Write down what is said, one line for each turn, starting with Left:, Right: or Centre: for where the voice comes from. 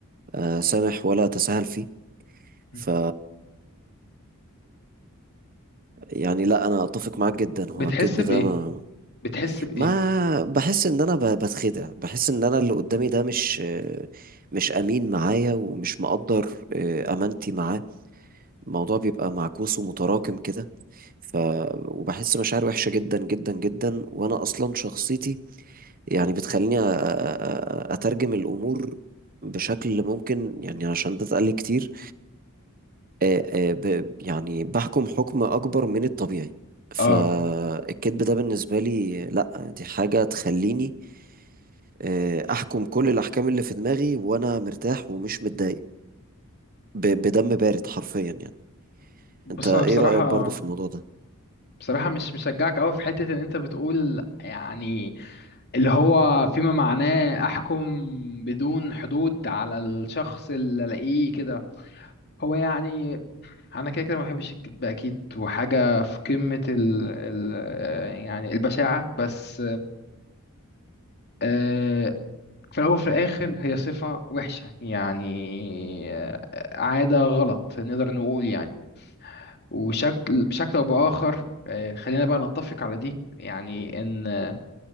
Right: آه، سامح ولا اتساهل فيه
Left: م.
Right: ف يعني لا انا اتفق معاك جدا هو
Left: بتحس
Right: الكذب
Left: بايه
Right: ده ما
Left: بتحس بايه
Right: ما بحس ان انا ب- بتخدع بحس ان انا اللي قدامي ده مش مش امين معايا ومش مقدر آه، امانتي معاه الموضوع بيبقى معكوس ومتراكم كده ف وبحس مشاعر وحشة جدا جدا جدا وانا اصلا شخصيتي يعني بتخليني أ- أ- أ- اترجم الامور بشكل ممكن يعني عشان ده اتقال لي كتير آه، آه، ب- يعني بحكم حكم اكبر من الطبيعي فالكذب
Left: اه
Right: ده
Left: م.
Right: بالنسبة لي لا دي حاجة تخليني آه، احكم كل الاحكام اللي في دماغي وانا مرتاح ومش متضايق ب- بدم بارد حرفيا يعني
Left: بص
Right: انت ايه
Left: انا بصراحة
Right: رأيك برضو في الموضوع ده
Left: بصراحة مش مشجعك قوي في حتة ان انت بتقول يعني اللي هو فيما معناه احكم بدون حدود على الشخص اللي الاقيه كده هو يعني انا كده كده ما بحبش الكذب اكيد وحاجة في قمة ال ال يعني البشاعة بس آه، في الأول وفي الآخر هي صفة وحشة يعني آه، عادة غلط نقدر نقول يعني وشكل بشكل أو بآخر آه، خلينا بقى نتفق على دي يعني إن آه،